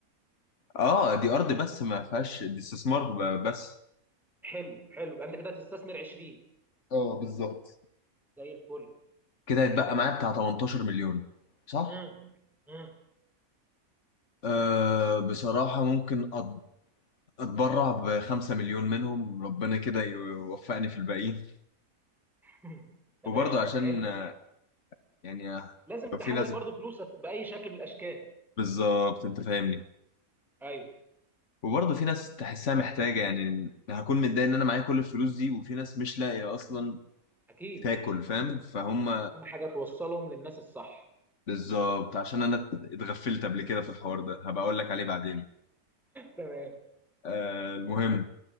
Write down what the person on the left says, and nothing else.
اه دي ارض بس ما فيهاش دي استثمار ب- بس
اه بالظبط
كده هيتبقى معايا بتاع 18 مليون صح؟
أه بصراحة ممكن أت- أتبرع بخمسة مليون منهم ربنا كده يوفقني في الباقيين
وبرضه عشان
آه، يعني آه،
لو في ناس
بالظبط أنت فاهمني
وبرضه في ناس تحسها محتاجة يعني هكون متضايق إن أنا معايا كل الفلوس دي وفي ناس مش لاقية أصلا
تاكل فاهم فهم
بالظبط عشان أنا اتغفلت قبل كده في الحوار ده هبقى أقول لك عليه بعدين
أه المهم